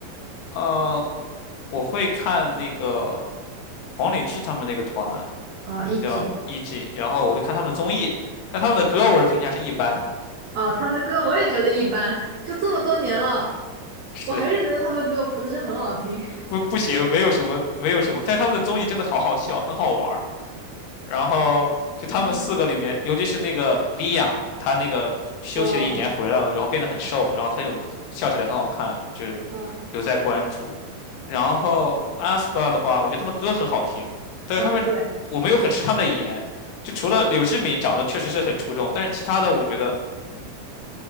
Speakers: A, on the left; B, on the right.
A: 呃，我会看那个黄礼志他们那个团
B: 啊，E.G.
A: 叫 E.G，然后我会看他们的综艺，但他们的歌我的评价是一般，
B: 啊，他们的歌我也觉得一般，就这么多年了，
A: 是
B: 我还是觉得他们的歌不是很好听。
A: 不不行，没有什么没有什么，但是他们的综艺真的好好笑，很好玩儿。然后就他们四个里面，
B: <laughs> 嗯，
A: 尤其是那个莉亚，她那个休息了一年回来了，
B: 哦，
A: 然后变得很瘦，然后很有笑起来很好看，就是
B: 嗯，
A: 有在关注。然后 aespa 的话，我觉得他们歌很好听，但是他们我没有很吃他们的颜，
B: 啊，对，是的，
A: 就除了柳智敏长得确实是很出众，但是其他的我觉得，嗯，